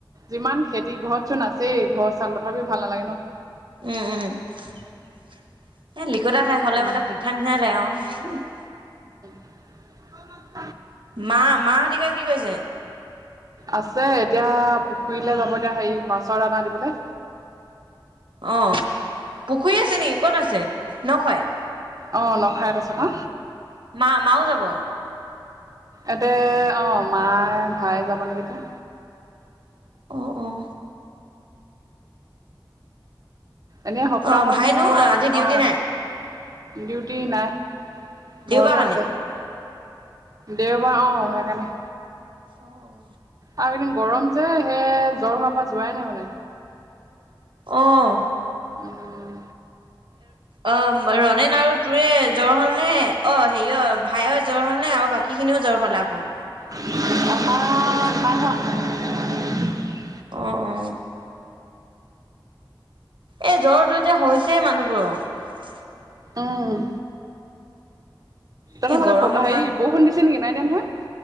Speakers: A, on the right (about 45°); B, on the right (about 75°).
A: যিমান খেতি ঘৰত চোন নাছিল। এই ঘৰ চউল তথাপি ভাল নালাগে ন।
B: উম উম খুঁঅটা ঠাই হলে
A: উম
B: মানে পিঠা নিচিনাই লাগে ক উম <unintelligible>
A: <inaudible>
B: মা মা হঁতিকা কি কৰিছে?
A: আছে এতিয়া পুখুৰীলৈ যাব এতিয়া হেৰি মাছৰ দানা দিবলে
B: অ পুখুৰী আছে নেকি কত আছে নৰখাই
A: আহ নখাইত আছে অ।
B: মা মাও যাব।
A: এতে অ মায় ভাই যাব নেকি এতিয়া।
B: অঁ অঁ
A: এনে সপ্তাহ
B: অ', ভাইনো
A: মূৰত
B: আজি ডিউটি
A: অ
B: নাই
A: ডিউটি নাই
B: দেওবাৰ
A: ঘৰতে
B: কাৰণে।
A: আছে। দেওবাৰ আহ সেইকাৰণে
B: অ অ
A: আৰু একেইদিন গৰম যে সেই জ্বৰ হোৱাৰ পৰা যোৱাই নাই মানে।
B: আহ
A: উম
B: অ ৰনেন আৰু তোৰে জ্বৰ হল নে অ হেৰি অ ভাই <unintelligible> জ্বৰ হল নে আৰু বাকী খিনিও জ্বৰ পালে আকৌ <unintelligible>
A: আমাৰ নাই কোৱা
B: অঁ অঁ এ জ্বৰ টো যে হৈছেই মানুহবোৰৰ।
A: উম তহতফালে
B: এই গৰমৰ
A: হেৰি
B: কাৰণে।
A: বৰষুণ দিছে নেকি নাই দিয়া নহয়।